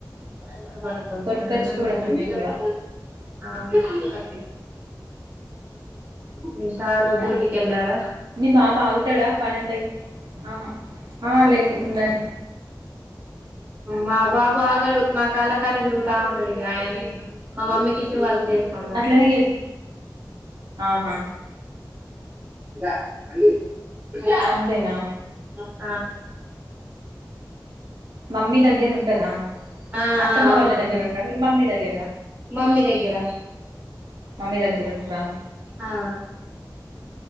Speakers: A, on the right (about 20°); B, on the right (about 65°).
A: డ
B: కొనుక్కొచ్చుకోవడమే మేము కూడా
A: మీ మీసార్ డ్యూటికి ఎలార
B: నీ బాబు ఆగుతాడా పనంత ఆహా ఆ లేదు ఉన్నారు
A: మా బాబా ఆగాడు నా కాళ్ళ కానే తిరుగుతా ఉంటాడు ఇక ఆయనని మా మమ్మీకి ఇచ్చి వర్క్ చేస్త
B: అట్లనే చేస్ ఆహా
A: అ ఇద
B: అంతేనా
A: అ
B: మమ్మీ దగ్గర ఉంటదా
A: ఆ
B: అత్తమ్మ
A: ఆ అవునండి
B: వాళ్ళ దగ్గర ఉంటందా మీరు మమ్మీ దగ్గర
A: మమ్మీ దగ్గర
B: మమ్మీ దగ్గర ఉంటరా
A: ఆ